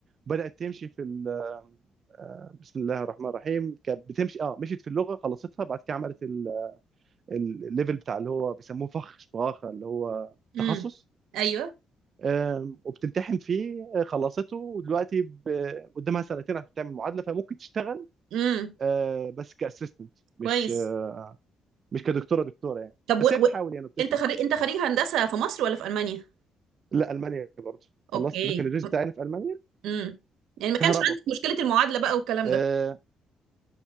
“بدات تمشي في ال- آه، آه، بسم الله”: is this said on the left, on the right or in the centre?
Right